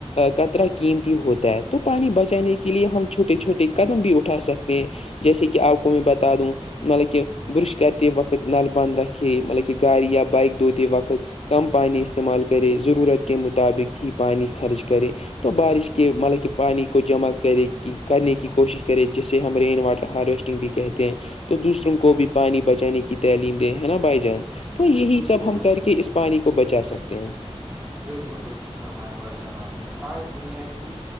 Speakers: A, on the left (about 65°); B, on the right (about 15°).
A: کطرا قیمتی ہوتا ہے تو پانی بچانے کے لیے ہم چھوٹے چھوٹے قدم بھی اٹھا سکتے ہیں جیسے کہ آپ کو میں بتا دوں مطلب کہ برش کرتے وقت نل بند رکھے مطلب کہ گاڑی یا بائیک دھوتے وقت کم پانیانی استعمال کرے ضرورت کےے مطابق ہی پانی خرچ کرے تو بارش کے مطلب کہ پانی کو جمع کرے کرنے کی کوشش کرے جس سے ہم رین واٹر ہارویسٹنگ بھی کہتے ہیں تو دوسروں کو بھی پانی بچانے کی تعلیم دے ہے نا بھائی جان تو یہی
B: بالکل
A: سب
B: درست
A: ہم کر کے
B: فرمایا
A: اس پانی کو بچا سکتے ہیں
B: بالکل درست فرمایا بھائی جناب نے آج دنیا کی